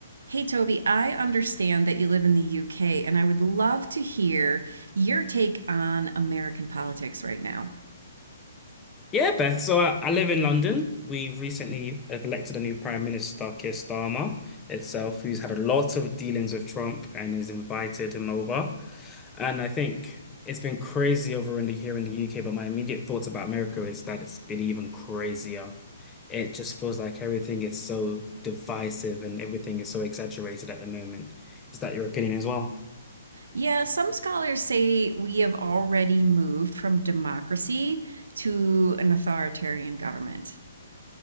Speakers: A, on the right; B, on the left.
A: Hey, Toby, I understand that you live in the UK, and I would love to hear your take on American politics right now.
B: Yeah, Beth. So I, I live in London. We recently have elected a new Prime Minister, Keir Starmer itself, who's had a lot of dealings with Trump and has invited him over. And I think it's been crazy over in the here in the UK, but my immediate thoughts about America is that it's been even crazier. It just feels like everything is so divisive and everything is so exaggerated at the moment. Is that your opinion as well?
A: Yeah, some scholars say we have already moved from democracy to an authoritarian government.